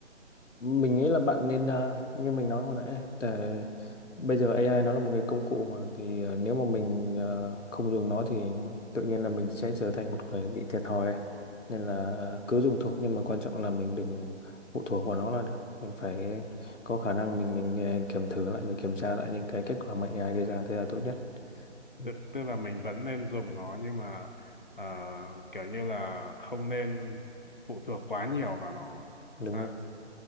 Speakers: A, on the left; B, on the left.
A: mình nghĩ là bạn nên ờ, như mình nói hồi nãy đấy, để bây giờ AI nó là một cái công cụ mà thì ờ, nếu mà mình ờ, không dùng nó thì tự nhiên là mình sẽ trở thành một người bị thiệt thòi ấy. Nên là ờ, cứ dùng thôi nhưng mà quan trọng là mình đừng phụ thuộc vào nó là được mình phải có khả năng mình mình ờ, kiểm thử lại mình kiểm tra lại những cái kết quả mà AI đưa
B: Ờ,
A: ra thế là tốt nhất Ừ.
B: tức tức là mình vẫn nên dùng nó nhưng mà ờ, kiểu như là không nên phụ thuộc quá nhiều vào nó
A: đúng
B: à
A: không